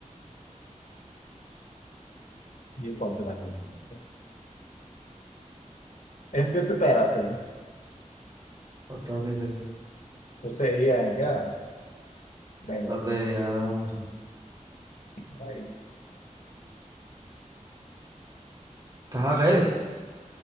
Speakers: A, on the left; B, on the right.
A: ये कौन सा लैंग्वेज एफपीएस कितना आ रहा है फिर भी?
B: पता नहीं भाई
A: फिर से यही आए हैं क्या नहीं
B: अबे यार
A: मोस्ट
B: कहाँ गए